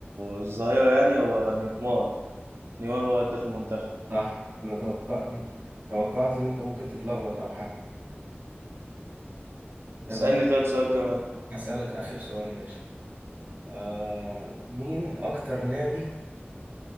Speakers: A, on the right (about 85°); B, on the right (about 40°).
A: الظاهرة يعني هو نيمار نيمار هو هداف المنتخب
B: صح انا توقعت توقعت ان انت ممكن تتلخبط او حاجه طب
A: اسألني
B: بس
A: طيب سؤال كمان
B: هسألك اخر سؤال ماشي آه مين اكتر نادي